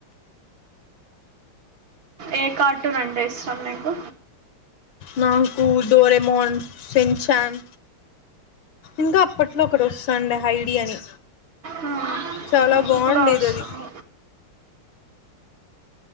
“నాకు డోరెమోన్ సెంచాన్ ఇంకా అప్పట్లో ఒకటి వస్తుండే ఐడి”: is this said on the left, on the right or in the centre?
Left